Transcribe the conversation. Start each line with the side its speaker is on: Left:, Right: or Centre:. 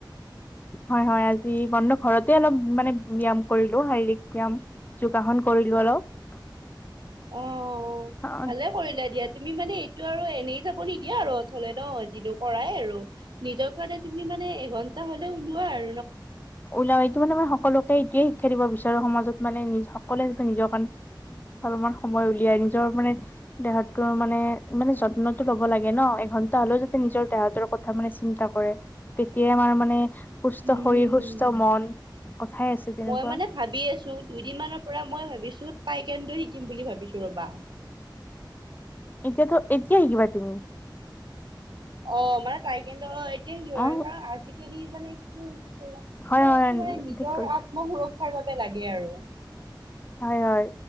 Left: হয়, হয়, আজি বন্ধ ঘৰতে অলপ মানে ব্যাম কৰিলো, শাৰীৰিক ব্যাম, যোগাসন কৰিলো অলপ।
Right: অ',
Left: অ
Right: ভালে কৰিলা দিয়া তুমি মানে এইটো আৰু এনেই যাব নিদিয়ে আৰু অথলে ন' কৰাই আৰু, নিজৰ কাৰণে তুমি মানে এঘণ্টা হ তে ওলোৱা আৰ।
Left: ওলাও, এইটো মানে মই সকলো এইটোৱে শিক্ষা দিব বিচাৰো সমাজত মানে নিজ সকলোৱে যাতে নিজৰ কাৰণে অলপমান সময় উলিয়াই নিজৰ দেহৰ মানে মানে যত্নটো ল'ব লাগে ন' এঘন্টা হ'লেও যাতে নিজৰ দেহতোৰ কথা মানে চিন্তা কৰে, তেতিয়া আমাৰ মানে সুস্থ
Right: উম
Left: শৰীৰ, সুস্থ মন, কথাই আছে তেনেকুৱা।
Right: মই মানে ভাবি আছো দুইদিন মানৰ পৰা মই ভাবিছো তাইকণ্ড শিকিম বুলি ভাবিছো ৰ'বা।
Left: এতিয়াতো, এতিয়া শিকিবা তুমি।
Right: অ', মানে তাইকেন্ত এতিয়া শিকিব পৰা
Left: অ
Right: কাৰণ আজিকালি মানে কি হৈছে
Left: হয়
Right: মানে
Left: হয়
Right: এইটো মানে নিজৰ
Left: ঠিক কৈছা
Right: আত্মসুৰক্ষাৰ বাবে লাগে আৰু।
Left: হয়, হয়।